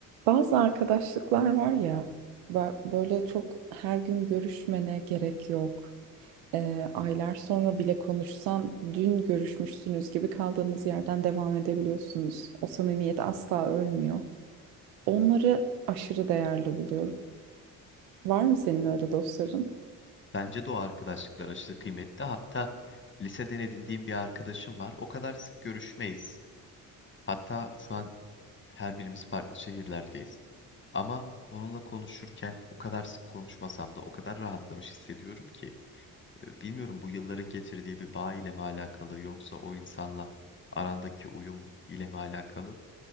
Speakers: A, on the right (about 70°); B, on the left (about 25°).
A: Bazı arkadaşlıklar var ya bö- böyle çok her gün görüşmene gerek yok. Ee, aylar sonra bile konuşsan dün görüşmüşsünüz gibi kaldığınız yerden devam edebiliyorsunuz. O samimiyet asla ölmüyor. Onları aşırı değerli buluyorum. Var mı senin öyle dostların?
B: Bence de o arkadaşlıklar aşırı kıymetli. Hatta liseden edindiğim bir arkadaşım var. O kadar sık görüşmeyiz. Hatta şu an her birimiz farklı şehirlerdeyiz. Ama onunla konuşurken o kadar sık konuşmasam da o kadar rahatlamış hissediyorum ki. E, Bilmiyorum bu yılların getirdiği bir bağ ile mi alakalı yoksa o insanla arandaki uyum ile mi alakalı?